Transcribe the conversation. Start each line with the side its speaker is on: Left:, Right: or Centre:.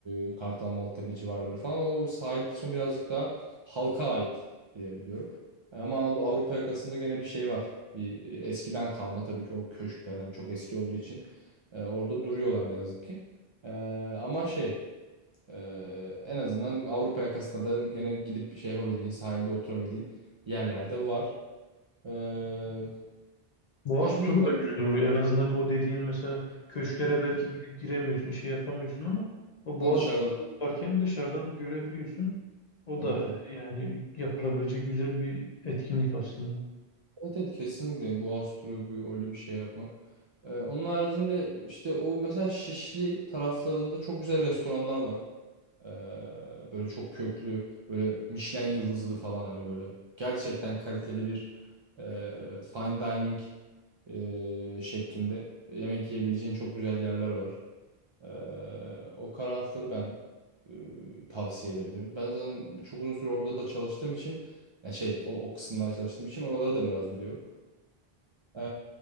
Right: e, Kartal Maltepe civarları falan. O sahil kısmı birazcık daha halka ait diye biliyorum. Ama Anadolu- Avrupa yakasında gene bir şey var. Bir e, eskiden kalma tabii ki o köşkler hani çok eski olduğu için e, orada duruyorlar ne yazık ki. E, ama şey ee, en azından Avrupa yakasında da gene gidip şey yapabildiğin, sahilde oturabildiğin yerlerde var. Ee,
Left: Boğaz
Right: düşüneyim
Left: turu
Right: bak.
Left: da güzel oluyor. En azından o dediğin mesela köşklere belki gidip giremiyorsun, şey yapamıyorsun ama o
Right: Dışarıdan.
Left: Boğaz
Right: dışarıdan.
Left: turu varken dışarıdan görebiliyorsun. O
Right: Evet
Left: da
Right: evet.
Left: yani yapılabilecek güzel bir etkinlik aslında.
Right: Evet evet kesinlikle Boğaz turu bir, öyle bir şey yapmak. Ee, onun haricinde işte o mesela Şişli taraflarında çok güzel restoranlar var. Ee, böyle çok köklü, böyle Michelin yıldızlı falan hani böyle gerçekten kaliteli bir e, fine dining e, şeklinde yemek yiyebileceğin çok güzel yerler var. Ee, o tarafları ben e, tavsiye edebilirim. Ben zaten çok uzun süre orada da çalıştığım için yani şey o, o kısımlarda çalıştığım için oraları da biraz biliyorum. Ee,